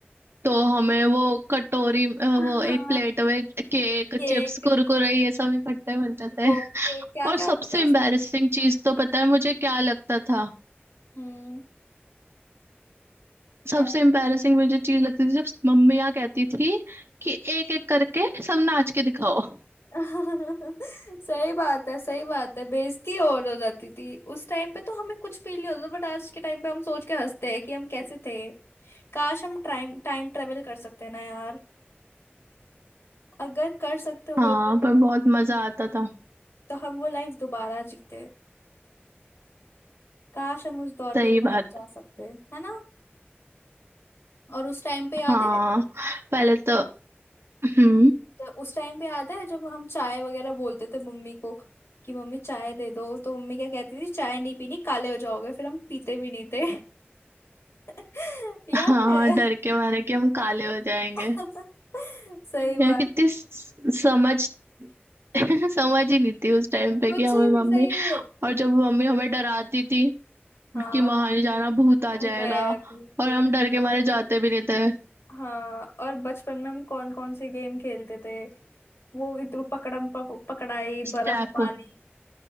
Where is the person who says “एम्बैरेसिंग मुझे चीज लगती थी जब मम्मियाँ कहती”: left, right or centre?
Right